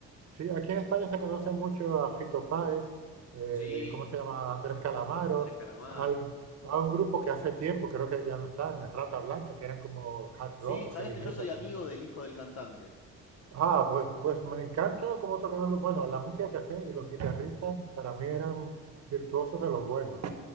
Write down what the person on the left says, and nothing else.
Sí,
Andrés Calamar.
Sí,
sabes
que
yo soy amigo
del hijo del cantante.